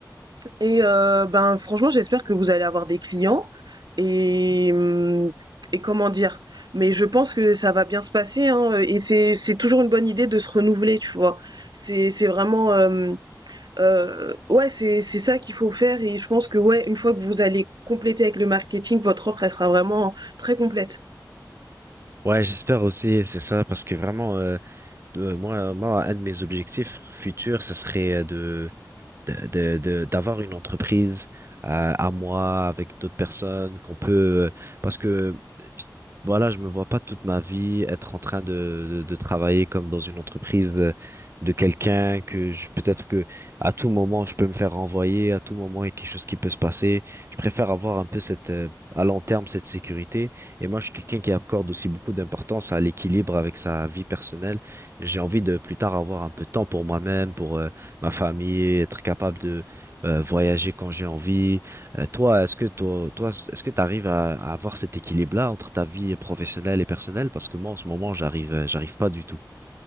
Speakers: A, on the right (about 70°); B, on the right (about 35°).
A: et euh, ben franchement, j'espère que vous allez avoir des clients et hum, et comment dire. Mais je pense que ça va bien se passer hein, et c'est c'est toujours une bonne idée de se renouveler, tu vois. C'est c'est vraiment euh, Heu, ouais, c'est c'est ça qu'il faut faire et je pense que, ouais, une fois que vous allez compléter avec le marketing, votre offre, elle sera vraiment très complète.
B: Ouais, j'espère aussi, c'est ça, parce que vraiment, euh, de- moi, moi, un de mes objectifs futurs, ça serait de, de, de, de- d'avoir une entreprise euh, à moi avec d'autres personnes qu'on peut euh, parce que je- voilà je me vois pas toute ma vie être en train de, de, de travailler comme dans une entreprise euh, de quelqu'un que je peut-être que à tout moment je peux me faire renvoyer à tout moment il y a quelque chose qui peut se passer je préfère avoir un peu cette euh, à long terme cette sécurité et moi je suis quelqu'un qui accorde aussi beaucoup d'importance à l'équilibre avec sa vie personnelle j'ai envie de plus tard avoir un peu de temps pour moi-même pour euh, ma famille, être capable de euh, voyager quand j'ai envie. Euh, toi, est-ce que toi, toi, est-ce que tu arrives à, à avoir cet équilibre-là entre ta vie professionnelle et personnelle? Parce que moi, en ce moment, j'arrive, euh, j'arrive pas du tout.